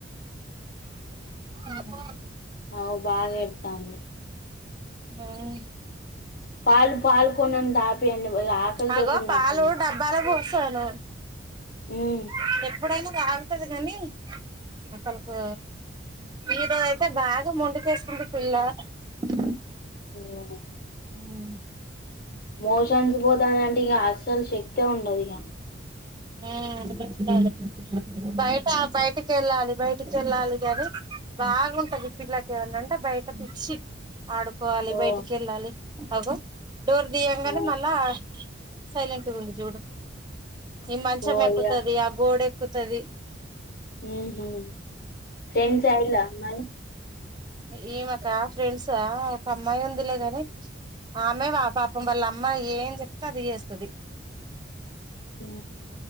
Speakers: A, on the right; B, on the left.
A: ఉహ్మ
B: అవో బాగ్ ఎడతాంది
A: హ్మ్
B: పాలు పాల్ కొంచెం తాపియండి ఇక ఆకలితోటి
A: అగో
B: ఉన్నట్టుంది
A: పాలు డబ్బాల పోసాను ఎప్
B: ఉమ్
A: ఎప్పుడైన దాగుతది గనీ అసల్కు ఈరోజు అయితే బాగ మొండికేస్తుంది పిల్లా అ <inaudible>
B: హ్మ్
A: హ్మ్
B: మోషన్స్ పోతాంది అంటే ఇగ అస్సలు శక్తే ఉండదు ఇగ
A: హ్మ్ బయట బయటికెళ్ళాలి బయటికెళ్ళాలి గని బాగుంటది పిల్లకెమన్నాంటే బయట పిచ్చి ఆడుకోవాలి
B: ఓ
A: బయటికెళ్ళాలి అగో డోర్ దియంగనే
B: ఓ
A: మళ్ళా సైలెంట్ ఉంది జూడు ఈ మంచం
B: ఓ
A: ఎక్కుతది
B: ఇగ
A: ఆ గోడెక్కుతది
B: ఉహ్మ ఫ్రెండ్స్ అయిర మరి
A: ఇమేక ఫ్రెండ్సా ఒక అమ్మాయి ఉందిలే గని ఆమే ఆ పాపం వాళ్ళమ్మ ఏం చెప్తే అది జెస్
B: హా